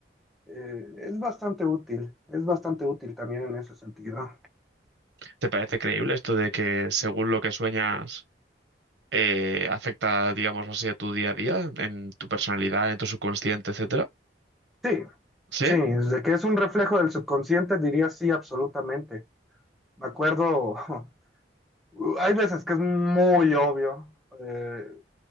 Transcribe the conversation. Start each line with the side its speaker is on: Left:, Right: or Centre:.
Centre: eh, es bastante útil. Es bastante útil también en ese sentido.
Right: ¿Te parece creíble esto de que según lo que sueñas... eh, afecta, digamos así, a tu día a día, en tu personalidad, en tu subconsciente, etcétera.
Centre: Sí,
Right: ¿Sí?
Centre: sí, desde que es un reflejo del subconsciente diría sí, absolutamente. Me acuerdo <laughs> Uh, Hay veces que es muy obvio. Eh,